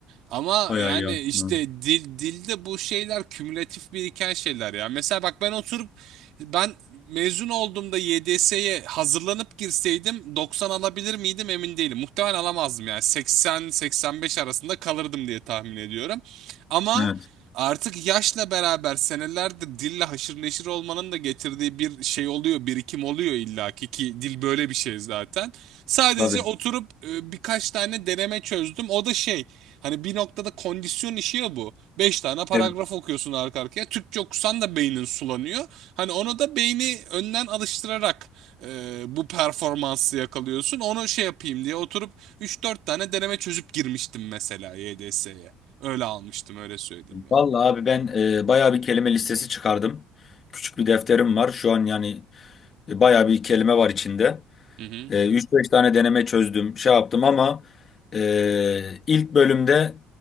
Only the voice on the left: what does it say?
Bayağı
iyi. aslında.
Evet.
Tabii.
Evet.
Vallahi abi ben e, bayağı bir kelime listesi çıkardım. Küçük bir defterim var. Şu an yani e, bayağı bir kelime var içinde.
E, 3-5 tane deneme çözdüm. Şey yaptım ama e, ilk bölümde